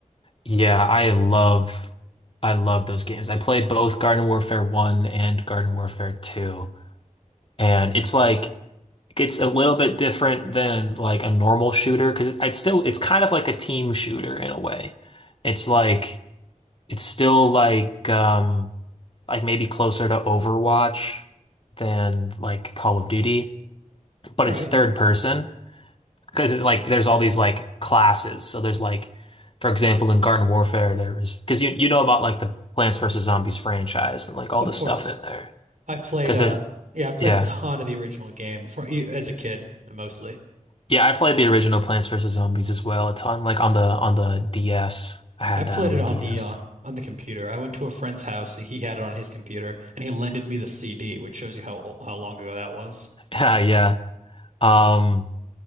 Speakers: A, on the left; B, on the right.
A: Yeah, I love I love those games. I played both Garden Warfare 1 and Garden Warfare 2. And it's like it's a little bit different than like a normal shooter because it, it's still it's kind of like a team shooter in a way. It's like it's still like um like maybe closer to Overwatch than like Call of Duty, but
B: All
A: it's
B: right,
A: third person because it's like there's all these like classes. So there's like, for example, in Garden Warfare, there was because you you know about like the Plants vs Zombies franchise and like all
B: of
A: the
B: course.
A: stuff in there.
B: I played
A: Because
B: uh
A: there's
B: yeah, I played
A: yeah
B: a ton of the original game from as a kid mostly.
A: yeah I played the original Plants vs Zombies as well a ton like on the on the DS I had
B: I played
A: that on
B: it
A: the
B: on
A: DS
B: the uh on the computer. I went to a friend's house, and he had it on his computer, and he lended me the CD, which shows you how ol- how long ago that was.
A: <laughs> yeah yeah um.